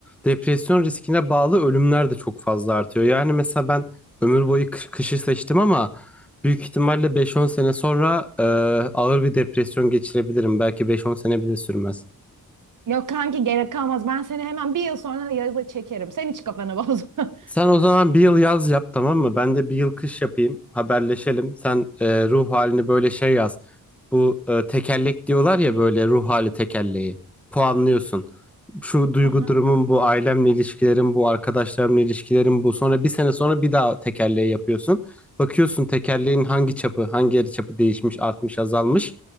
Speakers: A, in the centre; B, on the right.
A: Depresyon riskine bağlı ölümler de çok fazla artıyor. Yani mesela ben ömür boyu kış- kışı seçtim ama büyük ihtimalle beş-on sene sonra e, ağır bir depresyon geçirebilirim. Belki beş-on sene bile sürmez.
B: Yok kanki gerek kalmaz. Ben seni hemen bir yıl sonra yazı çekerim. Sen hiç kafanı bozma.
A: Sen o zaman bir yıl yaz yap tamam mı? Ben de bir yıl kış yapayım. Haberleşelim. Sen e, ruh halini böyle şey yaz. Bu e, tekerlek diyorlar ya böyle ruh hali tekerleği. Puanlıyorsun. Şu duygu
B: <laughs>
A: durumum bu, ailemle ilişkilerim bu, arkadaşlarımla ilişkilerim bu. Sonra bir sene sonra bir daha tekerleği yapıyorsun. Bakıyorsun tekerleğin hangi çapı, hangi yarı çapı değişmiş, artmış, azalmış.